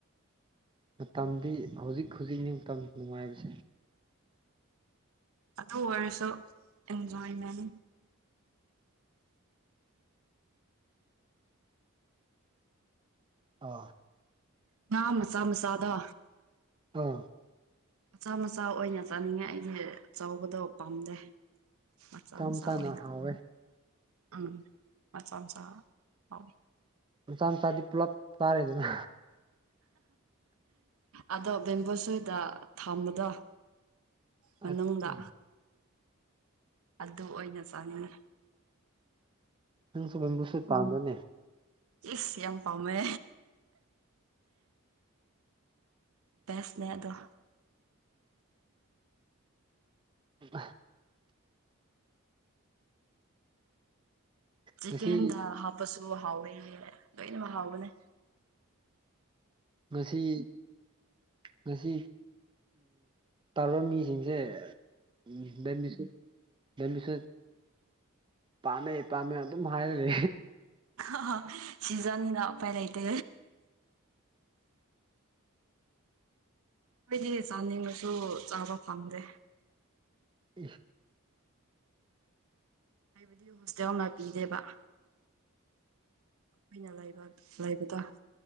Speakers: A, on the right; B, on the right.
A: ꯃꯇꯝꯗꯤ ꯍꯧꯖꯤꯛ ꯍꯧꯖꯤꯛꯅꯤ ꯃꯇꯝ ꯅꯨꯡꯉꯥꯏꯕꯁꯦ
B: ꯑꯗꯨ ꯑꯣꯏꯔꯁꯨ ꯑꯦꯟꯖꯣꯏꯃꯦꯟ
A: ꯑ
B: ꯉ ꯃꯁ ꯃꯁꯥꯗ
A: ꯑꯥ
B: ꯃꯆꯥ ꯃꯆꯥ ꯑꯣꯏꯅ ꯆꯥꯅꯤꯡꯉꯦ ꯑꯩꯗꯤ ꯆꯥꯎꯕꯗꯣ ꯄꯥꯝꯗꯦ ꯃꯆꯥ ꯃꯆꯥꯥ
A: ꯃꯆꯥꯅ
B: ꯑꯣꯏꯅ
A: ꯍꯥꯎꯋꯦ
B: ꯎꯝ ꯃꯆꯝꯆꯥ ꯍ
A: ꯃꯆꯥ ꯃꯆꯥꯗꯤ ꯄꯨꯂꯞ ꯇꯥꯔꯦꯗꯅ
B: ꯑꯗꯣ ꯕꯦꯝꯕꯣꯁꯣꯏꯗ ꯊꯝꯕꯗꯣ ꯃꯅꯨꯡꯗ
A: ꯑꯁ
B: ꯑꯗꯨ ꯑꯣꯏꯅ ꯆꯥꯉꯤ
A: ꯅꯪꯁꯨ ꯦꯝꯕꯨꯨꯁ ꯄꯥꯝꯗꯅꯦ
B: ꯏꯁ ꯌꯥꯝ ꯄꯥꯝꯃꯦ ꯁꯅꯦꯗ
A: <unintelligible>
B: ꯆꯤꯀꯦꯟꯗ
A: ꯉꯁꯤ
B: ꯍꯥꯞꯄꯁꯨ ꯍꯥꯎꯋꯦ ꯂꯣꯏꯅꯃꯛ ꯍꯥꯎꯒꯅꯦ
A: ꯃꯁꯤꯁꯤ ꯉꯁꯤ ꯇꯧꯔꯕ ꯃꯤꯁꯤꯡꯁꯦ ꯎꯝ ꯃꯤꯁꯤ ꯑꯗꯨꯝꯕꯤꯁꯨ ꯄꯥꯝꯅꯩ ꯄꯥꯝꯃꯦ ꯑꯗꯨꯝ ꯍꯥꯏꯔꯗꯤ
B: ꯑ ꯁꯤꯖꯅꯤꯅ ꯎꯄꯥꯏ ꯂꯩꯇ ꯑꯩꯈꯣꯏꯗꯤ ꯆꯥꯅꯤꯡꯕꯁꯨ ꯆꯥꯕ ꯐꯪꯗꯦ
A: ꯎ
B: ꯍꯥꯏꯕꯗꯤ ꯍꯣꯁꯇꯦꯜ ꯑꯃ ꯄꯤꯗꯦꯕ ꯑꯩꯅ ꯂꯩꯕ ꯂꯩꯕ ꯇ